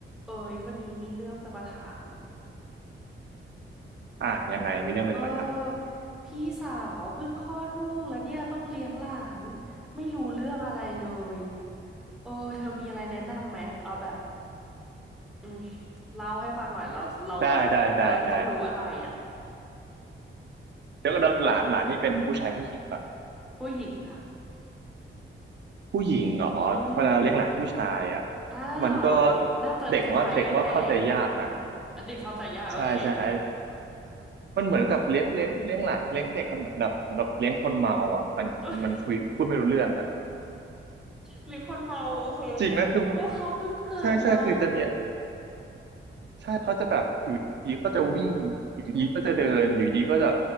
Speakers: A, in the centre; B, on the right.
A: เอ้ยวันนี้มีเรื่องจะมาถาม
B: อ่านยังไงมีเรื่องอะไรจะมาถาม
A: เออพี่สาวเพิ่งคลอดลูกแล้วเนี่ยต้องเลี้ยงหลานไม่รู้เรื่องอะไรเลยเออเธอมีอะไรแนะนำไหมเอาแบบอืมเล่าให้ฟังหน่อยเราเราแบบเราต้องรู้อะไรอ่ะ
B: ได้ได้ได้ได้เดี๋ยวก็เดี๋ยวหลานหลานนี่เป็นผู้ชายผู้หญิงก่อน
A: ผู้หญิงค่ะ
B: ผู้หญิงเหรอเวลาเราเลี้ยงหลานผู้ชายอ่ะ
A: อืมอ้าวโอเคน่าจะคล้ายๆกันแหละ
B: มันก็เด็กว่าเด็กว่าเข้าใจยากนะ
A: อันเด็กเข้าใจยากโอเค
B: ใช่ใช่ครับ
A: <laughs>
B: มันเหมือนกับเลี้ยงเลี้ยงเลี้ยงหลานเลี้ยงเด็กมันเหมือนแบบเหมือนกับเลี้ยงคนเมาอ่ะมันมันคุยพูดไม่รู้เรื่องอ่ะ
A: เอ้ยหรือคนเมาโอเค
B: <laughs> จริงนะคือ
A: ก็เขาเพิ่งเกิดมา
B: ใช่ใช่คือจะมี ใช่เขาจะแบบอยู่ดีก็จะวิ่งอยู่ดีก็จะเดินอยู่ดีก็จะ
A: อืม